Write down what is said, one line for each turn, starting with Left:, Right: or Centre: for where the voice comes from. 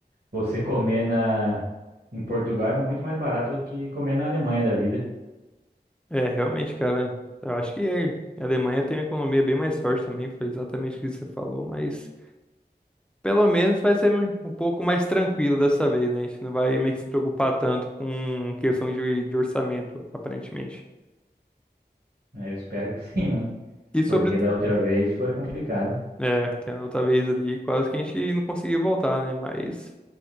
Right: você comer na em Portugal é muito mais barato do que comer na Alemanha da vida.
Centre: É, realmente, cara, eu acho que a Alemanha tem uma economia bem mais forte também, foi exatamente o que você falou, mas pelo menos vai ser um pouco mais tranquilo dessa vez, né? A gente não vai meio que se preocupar tanto com questão de, de orçamento, aparentemente.
Right: né? Eu espero que sim, <laughs> mano.
Centre: E sobre
Right: Porque
Centre: o
Right: da outra vez foi complicado.
Centre: É, que a outra vez ali, quase que a gente não conseguiu voltar, né? Mas